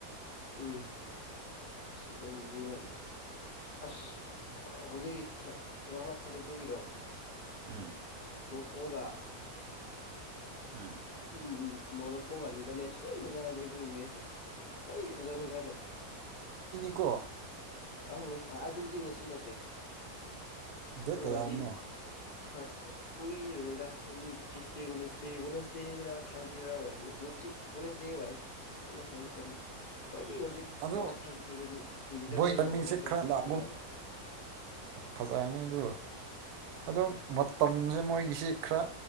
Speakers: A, on the left; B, on the right.
A: ꯎꯝ ꯁꯤꯗꯒ ꯑꯁ ꯍꯧꯖꯤꯛꯀꯤ ꯔꯥꯎꯟ ꯑꯐ ꯊꯥꯔꯇꯤ ꯇꯨꯒꯤꯗꯣ
B: ꯎꯝ
A: ꯀꯒ
B: ꯎꯝ
A: ꯎꯝ ꯃꯣꯔꯣꯛ ꯀꯣꯛꯒꯅꯤꯗꯂꯦꯟ ꯁꯖꯥꯔꯅꯤ ꯑꯗꯨꯒꯤ ꯃꯦꯁꯁꯨ ꯑꯩꯣꯏ ꯐꯖꯅꯤꯡꯉꯥꯏꯗꯣ
B: ꯀꯨ
A: ꯑꯁꯤ ꯑꯗꯨꯒꯤꯗꯤ ꯉꯁꯤ ꯅꯠꯇꯦ
B: ꯗꯦꯠ
A: ꯑꯗꯨ
B: ꯀꯌꯥꯔꯅꯣ
A: ꯑꯣꯏꯔꯗꯤ ꯊꯔ ꯎꯏꯔ ꯇ꯭ꯨꯁꯗꯦ ꯋꯦꯟꯁꯗꯦ ꯋꯥꯋꯦꯟꯁꯗꯦ ꯊꯥꯔꯁꯗꯦ ꯔ ꯑꯣ ꯑꯣꯅꯦꯁ ꯗꯦꯌ ꯍꯥꯏꯅ ꯈꯥꯎ ꯇꯅ ꯀꯋꯥꯗꯒꯤ ꯍꯧ ꯎꯆꯖꯤꯛꯥꯎ
B: ꯑꯗꯣ
A: ꯐ ꯇꯨꯔ ꯗ
B: ꯃꯣꯏ
A: ꯂꯒ
B: ꯂꯝꯃꯤꯡꯁꯦ
A: ꯃꯔꯣꯀꯣ
B: ꯈꯔ
A: ꯁꯤ
B: ꯂꯥꯞꯒꯨꯝ
A: ꯊꯖꯅꯤ
B: ꯐꯖꯔꯅꯤ ꯑꯗꯨꯒ ꯑꯗꯨꯣ ꯃꯇꯝꯁꯦ ꯃꯣꯏꯒꯤꯁꯤ ꯈꯔ